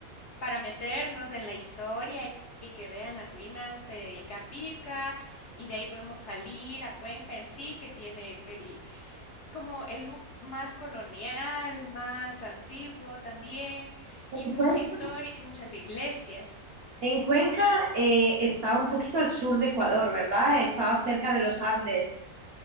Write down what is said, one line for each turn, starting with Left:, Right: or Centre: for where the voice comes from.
Left: para meternos en la historia y y que vean las ruinas de Ingapirca, y de ahí podemos salir a Cuenca en sí, que tiene el como el look más colonial, más antiguo también,
Right: ¿En
Left: y mucha
Right: Cuenca?
Left: historia y muchas iglesias.
Right: En Cuenca eh, está un poquito al sur de Ecuador, ¿verdad? Está cerca de los Andes.